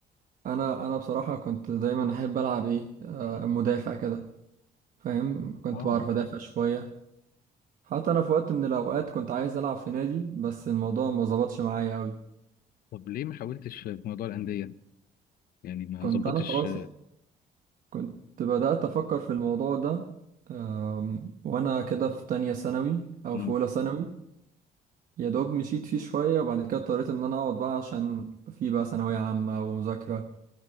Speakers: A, on the right; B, on the left.
A: انا انا بصراحة كنت دايما احب العب ايه آه، مدافع كده فاهم كنت
B: اه
A: بعرف ادافع شوية حتى انا في وقت من الاوقات كنت عايز العب في نادي بس الموضوع ما ظبطش معايا قوي
B: طب ليه ما حاولتش في موضوع الانديه يعني ما
A: كنت
B: ظبطتش
A: انا خلاص كنت بدأت افكر في الموضوع ده أم، وانا كده في تانية ثانوي او
B: مم.
A: في اولى ثانوي يا دوب مشيت فيه شوية وبعد كده اضطريت ان انا اقعد بقى عشان في بقى ثانوية عامة ومذاكرة